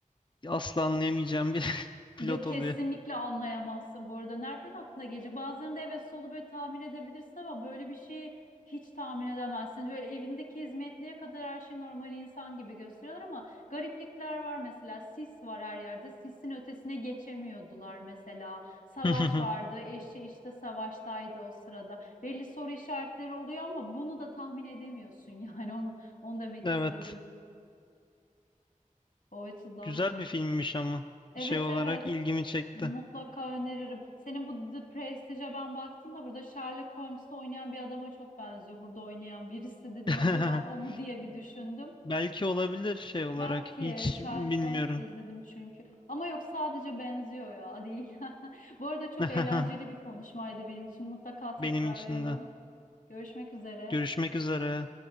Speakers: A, on the left; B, on the left.
A: asla anlayamayacağım bir <laughs> pilot
B: Ya kesinlikle
A: oluyor.
B: anlayamazsın bu arada. Nereden aklına gelecek? Bazılarında evet solu böyle tahmin edebilirsin ama böyle bir şeyi hiç tahmin edemezsin. Böyle evindeki hizmetliye kadar her şey normal insan gibi gösteriyorlar ama gariplikler var mesela. Sis var her yerde. Sisin ötesine geçemiyordular mesela. Savaş
A: <laughs>
B: vardı. Eşi işte savaştaydı o sırada. Belli soru işaretleri oluyor ama bunu da tahmin edemiyorsun <laughs> yani onu, onu demek
A: Evet.
B: istedim o açıdan.
A: Güzel bir filmmiş ama
B: Evet
A: şey olarak
B: evet.
A: ilgimi çekti.
B: Mutlaka öneririm. Senin bu The Prestige'e ben baktım da burada Sherlock Holmes'te oynayan bir adama çok benziyor. Burada oynayan birisi dedim
A: <laughs>
B: acaba o mu diye bir düşündüm.
A: Belki olabilir şey olarak
B: Belki
A: hiç
B: Sherlock
A: bilmiyorum.
B: Holmes'te izledim çünkü. Ama yok sadece benziyor ya değil. <laughs> Bu arada çok
A: <laughs>
B: eğlenceli bir konuşmaydı benim için. Mutlaka tekrarlayalım.
A: Benim için de.
B: Görüşmek üzere.
A: Görüşmek üzere.